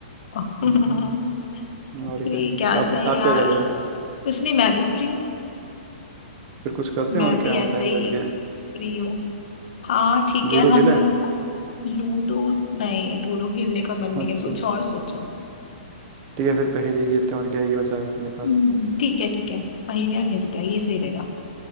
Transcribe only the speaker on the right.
हम्म,
और क्या है?
आप
आप
क्या कर रहे हो
फिर कुछ करते
हैं और
क्या
ऑनलाइन
बैठ के
लूडो
खेलें
अच्छा
ठीक है फिर पहेली खेलते हैं और क्या है, ये बचा है अपने पास